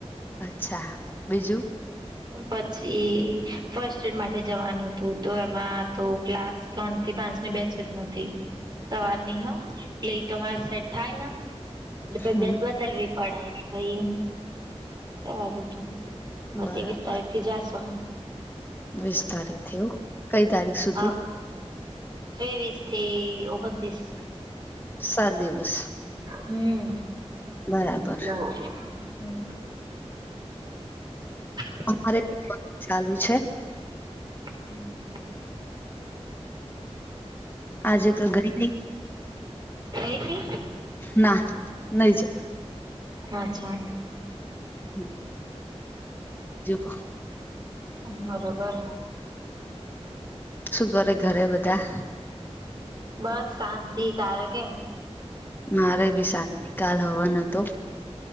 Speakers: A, on the left (about 20°); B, on the right (about 40°).
A: અચ્છા બીજું?
B: પછી ફર્સ્ટ એડ માટે જવાનું હતું તો એમાં તો ક્લાસ ત્રણ થી પાંચ ની બેચ જ નથી. સવાર ની હ, એટલે તમારે સેટ થાયને, એટલે
A: હમ
B: બે બલ પડ એટલે ભાઈ કેવા દીધું, હ
A: બરાબર
B: તેવીસ તારીખ થી જાશો.
A: વીસ તારીખ થવું, કઈ તારીખ સુધી?
B: હ ત્રેવીસ થી ઓગણત્રીસ.
A: સાત દિવસ
B: હમ
A: બરાબર
B: ના. હમ <inaudible>
A: અમારે બી ચાલુ છે.
B: હમ <inaudible>
A: આજે તો ગઈ નઈ.
B: થઈથી?
A: ના નઈ જ
B: અચ્છા.
A: હમ <inaudible> જો કહ <unintelligible>
B: બરોબર.
A: શું કરે ઘરે બધા?
B: બસ શાંતિ તારે કે?
A: મારે ભી શાંત કાલ હવાનું તો.